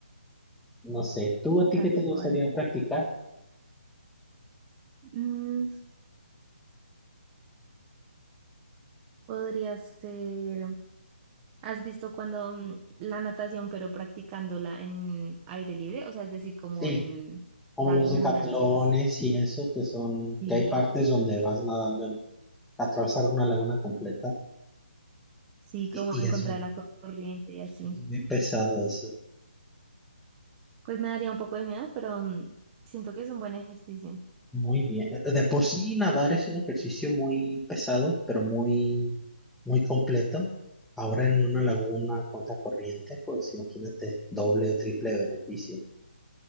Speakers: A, in the centre; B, on the right (about 20°).
A: No sé, ¿tú a ti
B: tal
A: qué te gustaría
B: cual.
A: practicar?
B: Mm, Podría ser, ¿has visto cuando mm, la natación, pero practicándola en aire libre? O sea, es decir, como
A: Sí,
B: en
A: como
B: lagunas,
A: los decatlones
B: ríos.
A: y eso, que son,
B: Sí,
A: que hay partes donde vas nadando en, atravesar una laguna completa
B: sí, como
A: y, y
B: en
A: es,
B: contra de la corriente y así.
A: es muy pesado eso.
B: Pues me daría un poco de miedo, pero mm, siento que es un buen ejercicio.
A: Muy bien. De por sí nadar es un ejercicio muy pesado, pero muy, muy completo. Ahora en una laguna contra corriente, pues imagínate doble o triple beneficio.